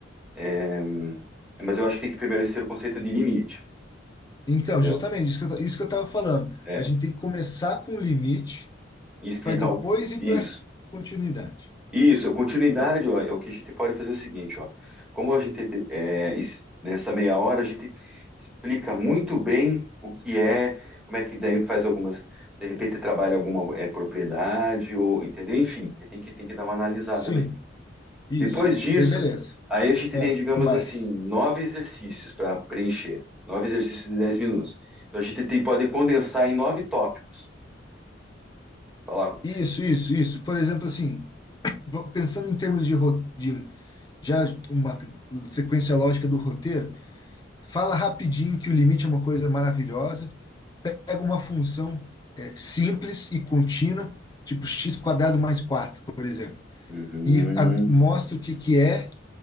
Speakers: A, in the centre; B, on the left.
A: é, mas eu acho que tem que primeiro ser o conceito de limite,
B: Então,
A: entendeu?
B: justamente, isso que eu, ta- isso que eu estava falando.
A: É,
B: A gente tem que começar com o limite
A: e explicar
B: para depois
A: o,
B: ir
A: isso.
B: para continuidade.
A: Isso, a continuidade, ó, é o que a gente pode fazer o seguinte, ó. Como a gente é, es- nessa meia hora a gente explica muito bem o que é, como é que daí faz algumas, de repente trabalha alguma é, propriedade ou entendeu? Enfim, tem que tem que dar uma analisada
B: Sim,
A: bem.
B: isso.
A: Depois
B: E
A: disso,
B: daí, beleza.
A: aí a gente
B: Ah,
A: tem, digamos
B: que mais?
A: assim, nove exercícios para preencher, nove exercícios de dez minutos. Então a gente tem, pode condensar em nove tópicos. Falava.
B: Isso, isso, isso. Por exemplo, assim, va- pensando em termos de, ro- de já uma sequência lógica do roteiro, fala rapidinho que o limite é uma coisa maravilhosa pega uma função é, simples e contínua, tipo x quadrado mais 4 por exemplo,
A: uhum,
B: e a- mostra o que, que é